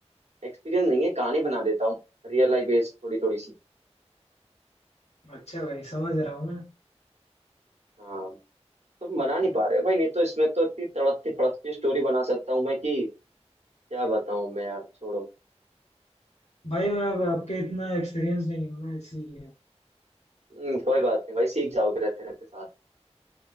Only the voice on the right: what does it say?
एक्सपीरियंस नहीं है कहानी बना देता हूँ रियल लाइफ बेस्ड थोड़ी थोड़ी सी
हाँ तुम बना नहीं पा रहे हो भाई नहीं तो इसमें तो इतनी तड़कती फड़कती स्टोरी बना सकता हूँ मैं कि क्या बताऊँ मैं यार छोड़ो
हम्म, कोई बात नहीं भाई सीख जाओगे रहते रहते साथ